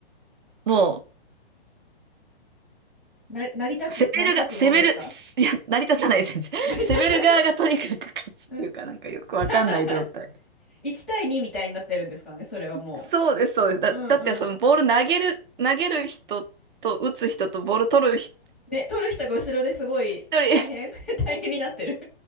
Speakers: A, on the right; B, in the centre.
A: もう
B: <laughs> な、成り立つ、
A: 攻めるが、
B: 成り立つもんですか
A: 攻める、いや、成り立たない先生。
B: <laughs> 成り立たない
A: 攻める側がとにかく勝つっていうか、
B: うん。
A: なんかよくわかんない状態。
B: <laughs> さあ、1対2みたいになってるんですかね、それはも
A: そうです、そうです。だ、
B: う。うんうん。
A: だってそのボール投げる、投げる人と打つ人とボール取る人、
B: ね、取る人が後ろですごい大変
A: 一人
B: <laughs> 大変になってる